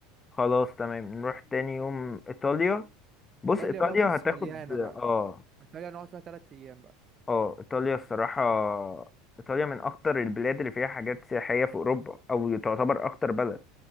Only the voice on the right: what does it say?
ايطاليا
بقى بص
مليانة
بقى ايطاليا نقعد فيها تلات ايام بقى